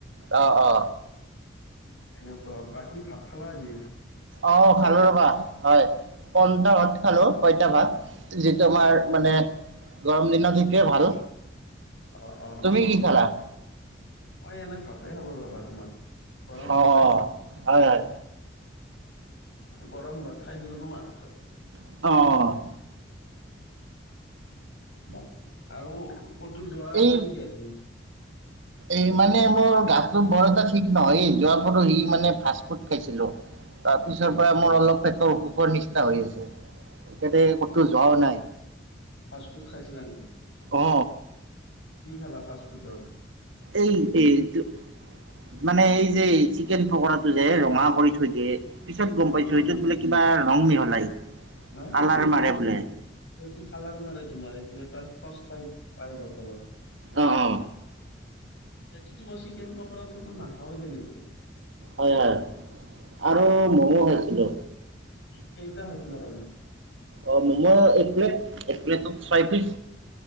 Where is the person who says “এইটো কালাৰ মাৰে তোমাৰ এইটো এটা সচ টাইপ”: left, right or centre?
Left